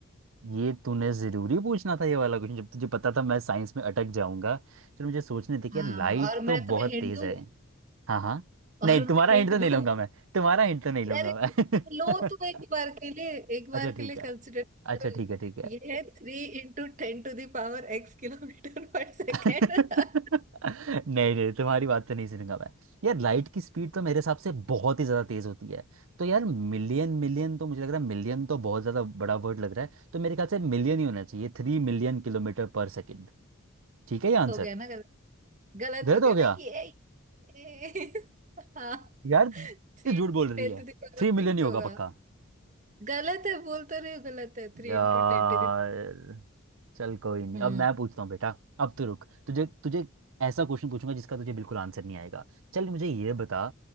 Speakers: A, on the right; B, on the right.
A: ये तूने जरूरी पूछना था ये वाला क्वेश्चन जब तुझे पता था मैं साइंस में अटक जाऊंगा चल मुझे सोचने दे कि
B: हाँ
A: यार लाइट
B: और मैं
A: तो
B: तुम्हें
A: बहुत
B: hint
A: तेज
B: दूँ
A: है हाँ हाँ
B: और
A: नहीं
B: मैं
A: तुम्हारा
B: hint
A: हिंट तो नहीं
B: दूँ
A: लूंगा मैं तुम्हारा हिंट तो नहीं लूंगा
B: अरे
A: मैं
B: लो तुम एक
A: <laughs>
B: बार के लिए एक बार
A: अच्छा
B: के
A: ठीक
B: लिए
A: है
B: कंसिडर
A: अच्छा
B: करो
A: ठीक है ठीक है
B: ये है three into ten to the power x kilometre per second
A: <laughs>
B: <laughs>
A: नहीं नहीं तुम्हारी बात तो नहीं सुनूंगा मैं यार लाइट की स्पीड तो मेरे हिसाब से बहुत ही ज्यादा तेज होती है तो यार मिलियन मिलियन तो मुझे लग रहा है मिलियन तो बहुत ज्यादा बड़ा वर्ड लग रहा है तो मेरे ख्याल से मिलियन ही होना चाहिए थ्री मिलियन किलोमीटर पर सेकेंड ठीक है ये आंसर
B: हो गया ना गलत
A: गलत
B: हो गया
A: हो गया
B: ना ये ये- <laughs> हाँ
A: यार तू
B: three
A: झूठ
B: into
A: बोल रही
B: ten
A: है
B: to the power
A: थ्री
B: six
A: मिलियन ही होगा
B: होगा
A: पक्का
B: गलत है बोल तो रही हूँ गलत है three
A: यार
B: into ten to the power
A: चल कोई नहीं
B: Hmm
A: अब मैं पूछता हूँ बेटा अब तो रुक तुझे तुझे ऐसा क्वेश्चन पूछूंगा जिसका तुझे बिल्कुल आंसर नहीं आएगा चल मुझे ये बता